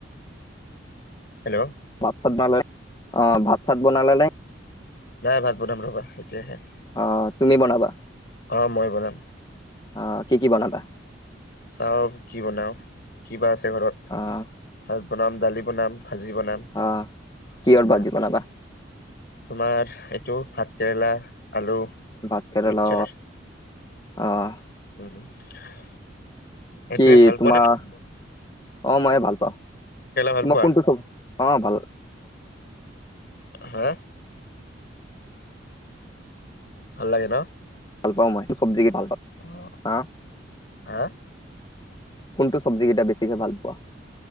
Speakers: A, on the left; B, on the left.
A: হেল্ল'
B: ভাত চাত বনাল, অ' ভাত চাত বনালা নে?
A: নাই ভাত বনাম ৰ'বা, এতিয়াহে।
B: অ', তুমি বনাবা?
A: অ' মই বনাম।
B: অ', কি কি বনাবা?
A: চাওঁ কি বনাওঁ, কিবা আছে ঘৰত।
B: অ'।
A: ভাত বনাম, দালি বনাম, ভাজি বনাম।
B: আহ, কিহৰ
A: উম
B: ভাজি বনাবা?
A: তোমাৰ এইটো, ভাত কেৰেলা, আলু।
B: ভাত কেৰেলা,
A: মিক্সাৰ
B: অ'।
A: এটোৱেই
B: কি
A: ভাল
B: তোমাৰ
A: পোৱা নে তুমি?
B: অ' মইে ভাল পাওঁ,
A: ভাল
B: মই
A: পোৱা
B: কোনটো চব, অ' ভাল।
A: হা? ভাল লাগে ন।
B: ভাল পাওঁ মই সটো চব্জিকে ভাল পাওঁ,
A: অ
B: হা।
A: হা
B: কোনটো চব্জিকেইটা বেছিকৈ ভাল পোৱা?